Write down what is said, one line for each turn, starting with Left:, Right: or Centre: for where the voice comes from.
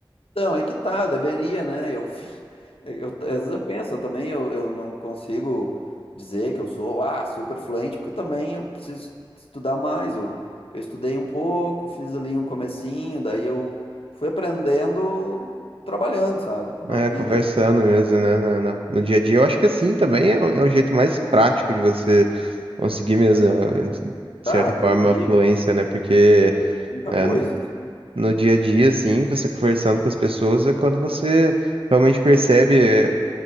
Left: Então, é que tá, deveria, né? Eu, <laughs> eu, às vezes eu penso, eu também eu, eu não consigo dizer que eu sou ah, super fluente, porque também eu preciso estudar mais. Eu, eu estudei um pouco, fiz ali um comecinho, daí eu fui aprendendo trabalhando, sabe? Na
Right: É,
Left: vida.
Right: conversando
Left: de-
Right: mesmo, né? na- na- no dia a dia. Eu acho que assim também é, o é o jeito mais prático de você conseguir mesmo, eh, de certa
Left: Cara, aprendi
Right: forma, fluência, né? Porque
Left: muita
Right: né,
Left: coisa, assim.
Right: no dia a dia, assim, você conversando com as pessoas é quando você realmente percebe eh,